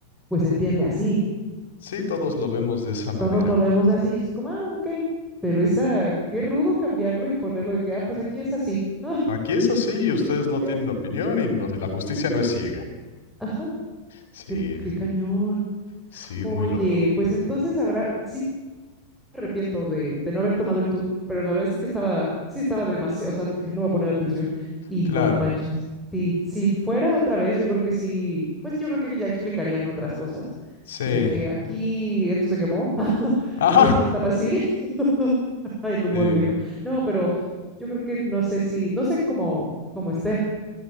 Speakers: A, in the centre; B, on the left (about 60°).
A: pues se entiende así.
B: Sí, todos lo vemos de esa manera.
A: todos lo vemos así, es como, ah, ok, pero esa, qué rudo cambiarlo y ponerlo de que, ah, pues aquí es así. <laughs> Ah,
B: Aquí es así y ustedes
A: ok,
B: no tienen opinión y no- la justicia no es ciega.
A: ajá,
B: Sí,
A: qué, qué cañón.
B: sí,
A: Oye,
B: muy loco.
A: pues entonces habrá, sí me arrepiento de, de no haber tomado el tour, pero la verdad es que estaba, sí estaba demasiado, o sea, dije, no voy a poner atención y
B: Claro,
A: no manches. Sí, si fuera otra vez, yo creo que sí, pues yo creo que ya explicarían otras cosas,
B: sí.
A: de que aquí
B: <laughs>
A: esto se quemó, <laughs>
B: Ajá.
A: y esto estaba así. <laughs> Ay, el humor
B: Sí,
A: negro. No, pero yo creo que no sé si, no sé cómo, cómo esté,